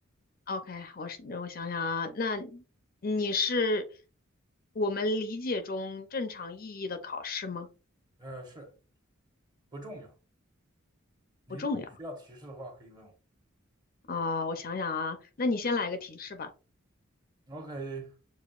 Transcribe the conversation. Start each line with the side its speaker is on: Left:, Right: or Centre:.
Left: OK，我是我想想啊，那你是我们理解中正常意义的考试吗？
Right: 呃，是不重要。你如果需要提示的话，
Left: 不重要
Right: 可以问我。
Left: 啊，我想想啊，那你先来个提示吧。
Right: OK，